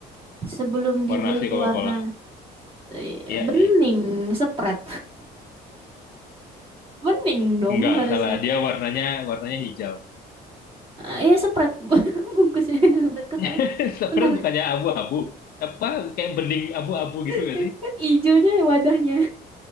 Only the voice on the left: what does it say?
Warna
asli
Coca-Cola?
Iya
nih.
Enggak,
salah. Dia warnanya warnanya hijau.
<laughs> Sebenarnya
bukannya abu-abu. Apa kayak bening abu-abu gitu
gak sih?